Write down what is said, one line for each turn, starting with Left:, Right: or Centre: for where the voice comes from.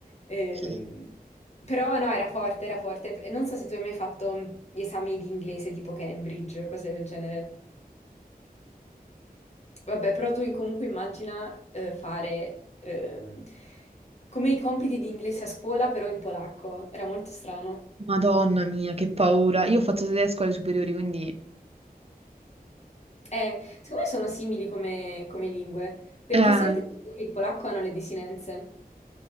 Left: Ehm,
Right: Ok.
Left: però no, era forte, era forte. Non so se tu hai mai fatto mm, gli esami di inglese tipo Cambridge, cose del genere. Vabbè, però tu comunque immagina eh, fare ehm, come i compiti di inglese a scuola, però in polacco. Era molto strano.
Right: Madonna mia, che paura. Io ho fatto tedesco alle superiori, quindi...
Left: Eh, secondo me sono simili come, come lingue, perché
Right: Eh,
Left: sia il tedesco che il polacco hanno le desinenze.